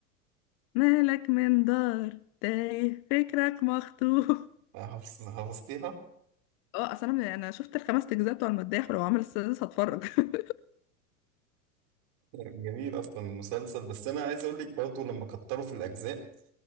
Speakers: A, on the left; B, on the right.
A: مالك من دار تايه فكرك مخطوف <laughs>
B: حفظ- حفظتيها
A: اه اصل انا انا شفت الخمس اجزاء بتوع المداح ولو عمل السادس هتفرج <laughs>
B: جميل أصلا المسلسل بس أنا عايز أقول لك برضه لما كتروا في الأجزاء